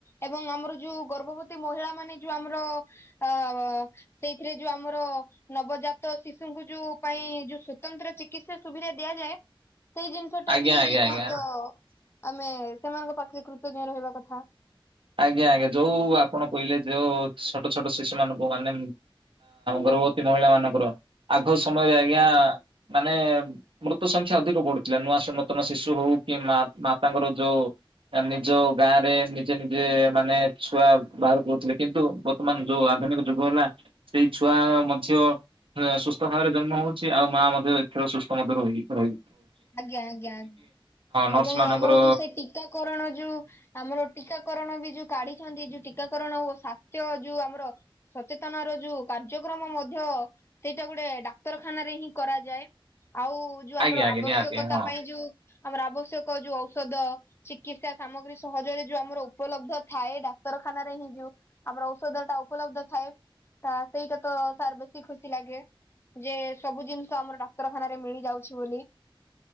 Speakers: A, on the left; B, on the right.
A: ଏବଂ ଆମର ଯୋଉ ଗର୍ଭବତୀ ମହିଳା ମାନେ ଯୁ ଆମର ଅ ସେଇଥିରେ ଯୁ ଆମର ନବଜାତ ଶିଶୁଙ୍କୁ ଯୁ ପାଇଁ ଯୁ ସ୍ଵତନ୍ତ୍ର ଚିକିତ୍ସା ସୁବିଧା ଦିଆଯାଏ। ସେଇ ଜିନିଷ ଟା
B: ଆଜ୍ଞା
A: ବି
B: ଆଜ୍ଞା ଆଜ୍ଞା।
A: ବହୁତ ଆମେ ସେମାନଙ୍କ ପାଖରେ କୃତଜ୍ଞ ରହିବା କଥା।
B: ଆଜ୍ଞା ଆଜ୍ଞା ଯୋଉ ଆପଣ କହିଲେ ଯୋଉ ଛୋଟ ଛୋଟ ଶିଶୁ ମାନଙ୍କୁ ମାନେ ଗର୍ଭବତୀ ମହିଳା ମାନଙ୍କର ଆଗ ସମୟରେ ଆଜ୍ଞା ମାନେ ମୃତୁ ସଂଖ୍ୟା ଅଧିକ ବଢୁଥିଲା ନୂଆ ନୂତନ ଶିଶୁ ହଉ କି ମାତାଙ୍କର ଯୋଉ। ନିଜ ଗାଁ ରେ ନିଜେ ନିଜେ ମାନେ ଛୁଆ ବାହାର କରୁଥିଲେ କିନ୍ତୁ ବର୍ତ୍ତମାନ ଯୋଉ ଆଧୁନିକ ଯୁଗ ହେଲା ସେଇ ଛୁଆ ତା ମଧ୍ୟ ସୁସ୍ଥ ଭାବରେ ଜନ୍ମ ହଉଛି ଆଉ ମା ମଧ୍ୟ ଏଥିରେ ସୁସ୍ଥ ମଧ୍ୟ ରହି ରହି
A: ଆଜ୍ଞା ଆଜ୍ଞା ଆ
B: ନର୍ସ
A: ଏବଂ
B: ମାନଙ୍କର
A: ଆମର ଯୋଉ ସେ ଟିକାକରଣ ଯୁ ଆମର ଟିକା କରଣ ବି ଯୁ କାଢିଛନ୍ତି ଯୋଉ ଟିକାକରଣ ଓ ସାସ୍ଥ୍ୟ ଯୁ ଆମର ସଚେତନ ର ଯୁ କାର୍ଯ୍ୟ କ୍ରମ ମଧ୍ୟ ସେଇଟା ଗୋଟେ ଡାକ୍ତରଖାନ ହିଁ କରାଯାଏ। ଆଉ ଯୁ ଆମର
B: ଆଜ୍ଞା ଆଜ୍ଞା
A: ଆବଶ୍ୟକତା
B: ନିହାତି ହଁ।
A: ପାଇଁ ଯୁ ଆମର ଆବଶ୍ୟକ ଯୁ ଔଷଧ ଚିକିତ୍ସା ସାମଗ୍ରୀ ସହଜରେ ଯଉ ଆମର ଉପଲବ୍ଧ ଥାଏ ଡାକ୍ତରଖାନାରେ ହିଁ ଯୁ ଆମର ଔଷଧ ଟା ଉପଲବ୍ଧ ଥାଏ। ତ ସେଇଟା ତ ସାରେ ଖୁସି ଲାଗେ। ଯେ ସବୁ ଜିନିଷ ଆମର ଡାକ୍ତରଖାନାରେ ମିଳି ଯାଉଛି ବୋଲି।